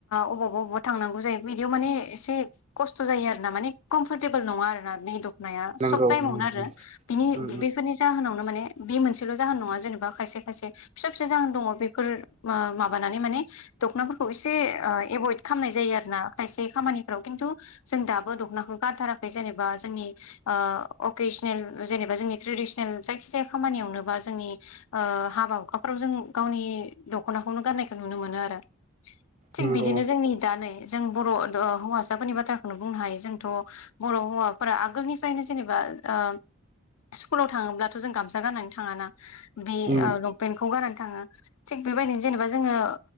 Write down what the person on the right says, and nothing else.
नंगौ
उम
उम।
उम
नंगौ
उम